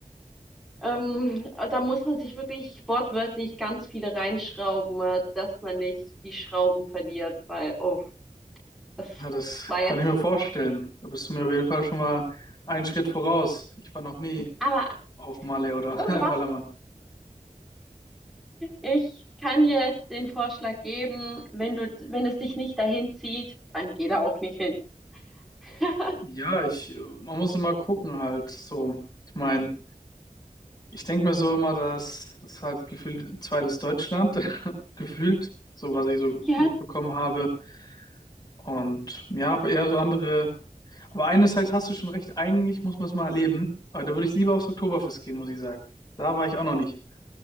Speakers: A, in the centre; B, on the left.
A: Ähm, da muss man sich wirklich wortwörtlich ganz viele reinschrauben, äh, dass man nicht die Schrauben verliert, weil, oh, das
B: Ja, das
A: war
B: kann
A: jetzt.
B: ich mir vorstellen. Da bist du mir auf jeden Fall schon mal einen Schritt voraus. Ich war noch nie
A: Aber,
B: auf Malle oder
A: oh, du warst.
B: <laughs> Ballermann.
A: Ich kann dir den Vorschlag geben, wenn du, wenn es dich nicht dahin zieht, dann geh da auch nicht hin. <laughs>
B: Ja, ich, man muss immer gucken halt so. Ich meine, ich denke mir so immer, dass das halt gefühlt zweites Deutschland, <laughs> gefühlt, so was ich so
A: Ja,
B: mitbekommen habe. Und ja, aber eher so andere. Aber einerseits hast du schon recht, eigentlich muss man es mal erleben. Aber da würde ich lieber aufs Oktoberfest gehen, muss ich sagen. Da war ich auch noch nicht.